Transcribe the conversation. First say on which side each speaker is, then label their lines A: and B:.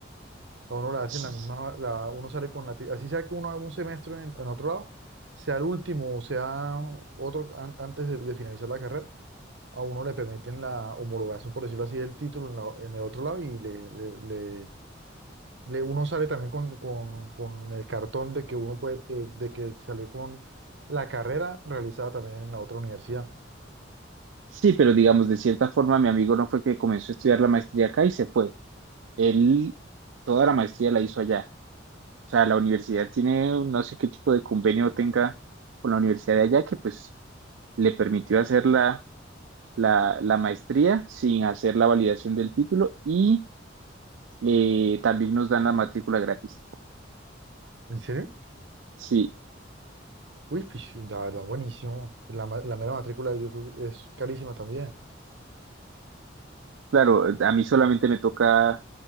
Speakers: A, on the right (about 65°); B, on the right (about 85°).
A: uno la hacen
B: Sí,
A: la misma, la, uno sale con la... ti- Así sea que uno haga un semestre en, en otro lado, sea el último o sea otro an- antes de, de finalizar la carrera, a uno le permiten la homologación, por decirlo así, del título en, la- en el otro lado y le, le, le- uno sale también con, con- con el cartón de que uno puede, de, de que salió con la carrera realizada también en la otra universidad.
B: sí, pero digamos, de cierta forma, mi amigo no fue que comenzó a estudiar la maestría acá y se fue. Él toda la maestría la hizo allá. O sea, la universidad tiene, no sé qué tipo de convenio tenga con la universidad de allá que pues le permitió hacer la, la, la maestría sin hacer la validación del título y eh, también nos dan la matrícula gratis.
A: ¿En serio?
B: Sí,
A: Uy, pues, la verdad, buenísimo. La, ma- la mera matrícula yo creo que es carísima también.
B: Claro, eh, a mí solamente me toca